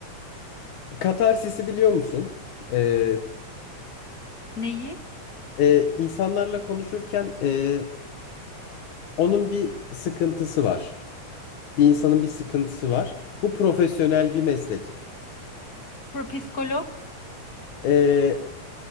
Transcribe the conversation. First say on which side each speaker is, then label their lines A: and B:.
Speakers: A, on the left (about 85°); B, on the left (about 35°).
A: katarsis'i biliyor musun? E,
B: <laughs> Neyi?
A: e, insanlarla konuşurken e, Onun bir sıkıntısı var. Bir insanın bir sıkıntısı var. Bu profesyonel bir meslek.
B: Pro- Psikolog,
A: Ee,